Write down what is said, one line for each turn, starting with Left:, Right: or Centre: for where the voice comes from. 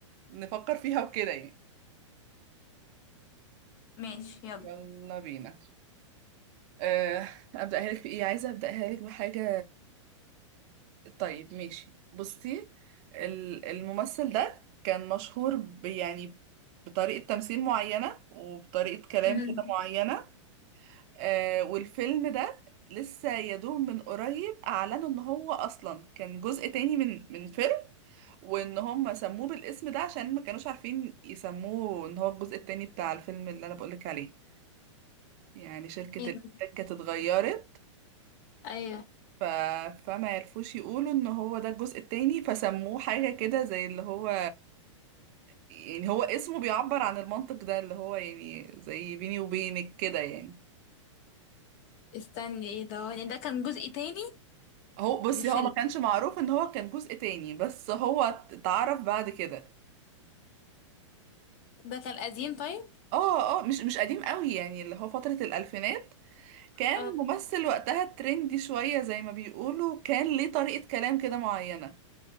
Right: نفكر فيها وكده يعني
Left: ماشي يلا
Right: يلا بينا آه، أبدأها لك بإيه؟ عايزة أبدأها لك بحاجة طيب ماشي بصي ال- الممثل ده كان مشهور ب- يعني بطريقة تمثيل معينة وبطريقة كلام
Left: امم
Right: كده معينة آه والفيلم ده لسه يا دوب من قريب أعلنوا إن هو أصلا كان جزء تاني من من فيلم وإن هم سموه بالاسم ده عشان ما كانوش عارفين يسموه إن هو الجزء التاني بتاع الفيلم اللي أنا بقولك عليه يعني شركة
Left: ايه
Right: الإنتاج
Left: ده
Right: كانت اتغيرت
Left: ايوه
Right: ف... فما يعرفوش يقولوا ان هو ده الجزء التاني فسموه حاجة كده زي اللي هو يعني هو اسمه بيعبر عن المنطق ده اللي هو يعني زي بيني وبينك كده يعني
Left: استني ايه ده هو- ده كان جزء تاني
Right: هو بصي
Left: لفيلم
Right: هو ما كانش معروف ان هو كان جزء تاني بس هو اتعرف بعد كده
Left: ده كان قديم طيب
Right: اه اه مش مش قديم قوي يعني اللي هو فترة الألفينات كان
Left: اه
Right: ممثل وقتها ترندي شوية زي ما بيقولوا كان ليه طريقة كلام كده معينة